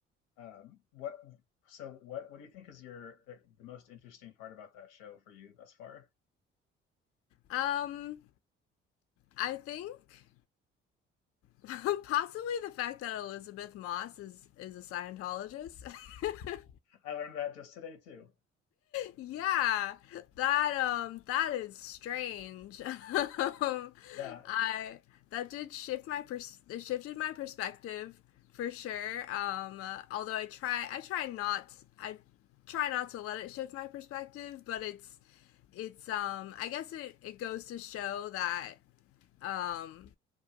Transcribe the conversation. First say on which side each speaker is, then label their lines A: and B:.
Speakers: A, on the left (about 80°); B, on the left (about 50°).
A: Um, what? So what? What do you think is your the, the most interesting part about that show for you thus far?
B: Um, I think <laughs> possibly the fact that Elizabeth Moss is is a Scientologist. <laughs>
A: I learned that just today too.
B: Yeah, that um that is strange. <laughs> Um,
A: Yeah,
B: I that did shift my pers it shifted my perspective for sure. Um, uh, although I try I try not I try not to let it shift my perspective, but it's it's um I guess it it goes to show that um